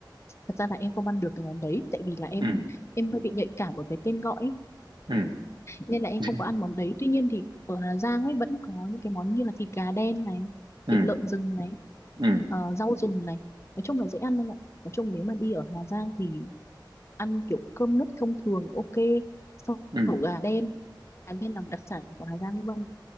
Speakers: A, on the left; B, on the right.
A: thật ra là em không ăn được cái món đấy tại vì là em
B: ừ
A: em hơi bị nhạy cảm ở cái tên gọi ấy.
B: ừ
A: nên là em
B: <laughs>
A: không có ăn món đấy tuy nhiên thì ở Hà Giang ấy vẫn có những cái món như là thịt gà đen này
B: ừ
A: thịt lợn rừng này
B: ừ
A: ờ, rau rừng này nói chung là dễ ăn anh ạ nói chung nếu mà đi ở Hà Giang thì ăn kiểu cơm nước thông thường ok sau
B: ừ
A: ổ gà đen gà đen là một đặc sản của Hà Giang luôn